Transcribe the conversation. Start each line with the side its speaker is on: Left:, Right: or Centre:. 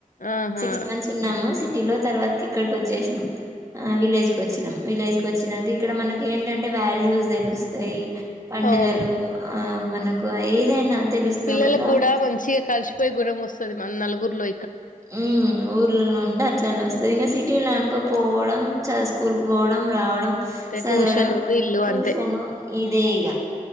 Left: ఆహా
Right: సిక్స్ మంత్స్ ఉన్నాము సి సిటీలో తర్వాత ఇక్కడికి వచ్చేసినం విలేజ్ వచ్చినాం విలేజ్ వచ్చినంక ఇక్కడ మనక ఏంటంటే వాల్యూస్ తెలుస్తాయి పండగలు
Left: అవును
Right: ఆ మనకు ఏదైనా తెలుస్తుంది
Left: పిల్లలకి
Right: ఒకరికి
Left: కూడా
Right: ఆప
Left: మంచిగా కలిసిపోయే గుణం వస్తుది మన నలుగు నలుగుర్లో
Right: ఉ ఊర్లలో ఉంటే అట్లనే వస్తుంది ఇంకా సిటీలో అనుకో పోవడం చ స్కూల్ కు పోవడం రావడం
Left: అంతే
Right: చదవడం
Left: ట్యూషన్ ఇల్లు
Right: ట్యూషను
Left: అంతే
Right: ఇదే ఇక